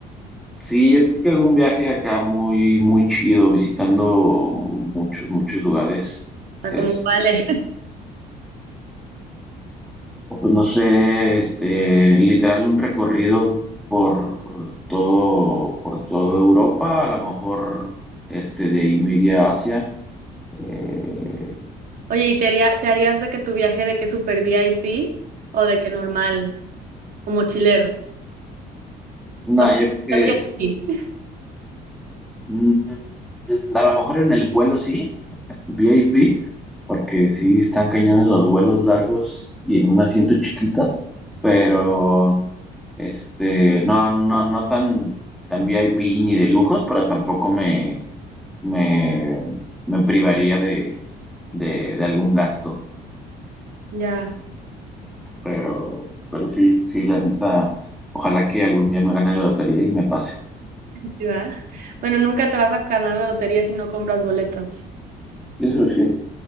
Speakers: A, in the centre; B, on the right (about 60°).
A: Sí, yo creo que un viaje acá muy, muy chido, visitando muchos, muchos lugares.
B: sea,
A: Este,
B: ¿como cuál es? <laughs>
A: pues no sé, este, literal un recorrido por todo, por toda Europa, a lo mejor este, de ahí me iría a Asia. Eh,
B: Oye, ¿y te haría- te harías de que tu viaje de que super VIP o de que normal o mochilero?
A: nada,
B: O sea,
A: yo creo que
B: el VIP. <laughs>
A: mm, a lo mejor en el vuelo sí, VIP, porque sí están cañones los vuelos largos y en un asiento chiquito, pero este, no, no, no tan, tan VIP ni de lujos, pero tampoco me, me, me privaría de, de, de algún gasto.
B: Ya,
A: Pero, pero sí, sí, la neta, ojalá que algún día me gane la lotería y me pase.
B: sí, va. Bueno, nunca te vas a ganar la lotería si no compras boletos.
A: Eso sí,